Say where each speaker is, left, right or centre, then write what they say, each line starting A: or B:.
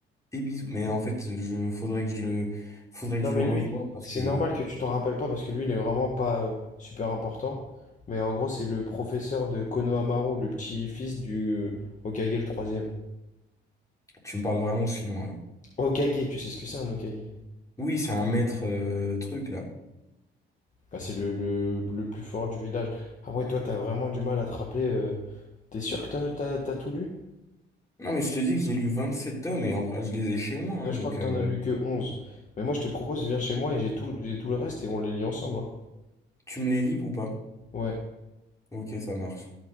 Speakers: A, on the left; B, on the left.
A: et bisous. Mais en fait je faudrait que je le faudrait que
B: Non
A: je
B: mais
A: le
B: lui,
A: revoie parce
B: c'est
A: que.
B: normal que tu t'en rappelles pas parce que lui il est vraiment pas euh, super important. Mais en gros c'est le professeur de Konohamaru, Maru, le petit-fils du euh, Hokage le troisième.
A: Tu me parles vraiment chinois, là.
B: Hokage, tu sais ce que c'est un Hokage?
A: Oui, c'est un maître euh, truc, là.
B: Bah, c'est le, le, le plus fort du village. Ah ouais toi t'as vraiment du mal à te rappeler. euh, T'es sûr que t'as, t'as- t'as tout lu?
A: Non, mais je te dis que j'ai lu 27 tomes et en- je les ai chez moi, hein,
B: Là, je
A: donc
B: crois que
A: euh,
B: t'en as lu que 11. Mais moi je te propose viens chez moi et j'ai tout, j'ai tout le reste et on les lit ensemble. hein.
A: tu me les lis ou pas?
B: Ouais.
A: Ok, ça marche.